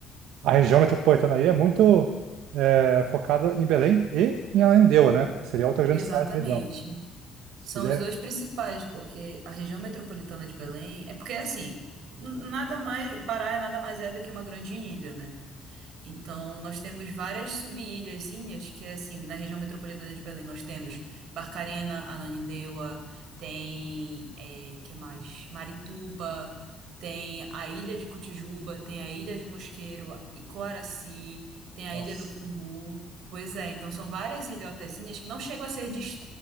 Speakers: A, on the right; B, on the right.
A: a região metropolitana aí é muito é, focada em Belém e em Ananindeua, né? Seria outra grande
B: exatamente.
A: cidade da região. Se
B: São
A: der...
B: os dois principais, porque a região metropolitana de Belém é porque assim, n- nada mais, Pará é nada mais é do que uma grande ilha, né? Então, nós temos várias sub-ilhazinhas, que é assim, na região metropolitana de Belém nós temos Barcarena, Ananindeua, tem, é, que mais? Marituba, tem a Ilha de Cotijuba, tem a Ilha de Mosqueiro, Icoaraci, tem a
A: Nossa.
B: Ilha do Cumbu. Pois é, então são várias ilhotazinhas que não chegam a ser, dis-